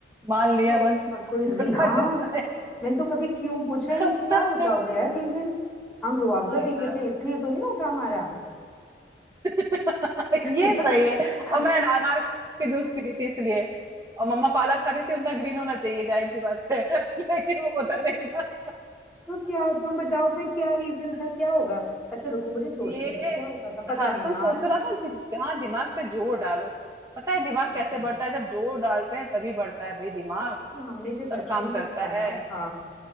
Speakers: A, on the right; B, in the centre.
A: मान
B: अच्छा
A: लिया बस
B: उसका कोई री
A: <laughs> भगवान
B: हाँ
A: ने बनाया
B: मैंने तो कभी क्यों पूछा ही नहीं
A: है।
B: क्या
A: हाँ
B: होता होगा यार रीजन हम रुआवजा पीते
A: यार
B: थे इसलिए तो नहीं होता हमारा
A: <laughs>
B: <laughs>
A: ये सही है और मैं अनार के जूस पीती थी इसलिए और मम्मा पालक खाती थी उनका ग्रीन होना चाहिए जाहिर सी बात है <laughs> लेकिन वो होता नहीं था
B: तो क्या तुम बताओ फिर क्या रीजन था क्या
A: <laughs>
B: होगा अच्छा रुको मुझे सोचने
A: ये
B: दो क्या होता था पता
A: हाँ
B: नहीं
A: तुम
B: यार
A: सोच रहा था जि- हाँ दिमाग पे जोर डालो पता
B: क्या
A: है दिमाग
B: होता
A: कैसे
B: है
A: बढ़ता है जब जोर डालते हैं तभी बढ़ता है भाई दिमाग
B: ये तो हमने जो
A: तब
B: बचपन
A: काम
B: में
A: करता
B: पढ़ा
A: है
B: था